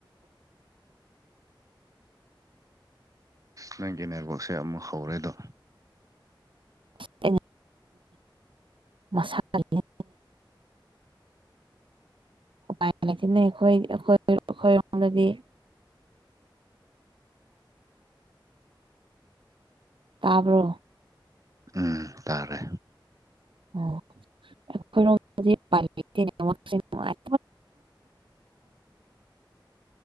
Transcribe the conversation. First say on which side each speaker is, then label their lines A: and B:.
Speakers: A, on the right (about 40°); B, on the right (about 80°).
A: ꯅꯪꯒꯤ ꯅꯦꯠꯋꯥꯛꯁꯦ ꯑꯃꯨꯛ ꯍꯧꯔꯦꯗꯣ
B: ꯑꯩꯅ ꯃꯁꯥꯒꯤꯅꯦ ꯅꯨꯡꯥꯏꯅ <unintelligible> ꯊꯤꯟꯅꯩ ꯑꯩꯈꯣꯏ ꯑꯩꯈꯣꯏ ꯑꯩꯈꯣꯏꯔꯣꯝꯗꯗꯤ ꯇꯥꯕ꯭ꯔꯣ
A: ꯎ ꯎꯝ ꯇꯥꯔꯦ
B: ꯑꯣ ꯑꯩꯈꯣꯏꯔꯣꯝꯗꯗꯤ ꯉꯥꯏ <unintelligible>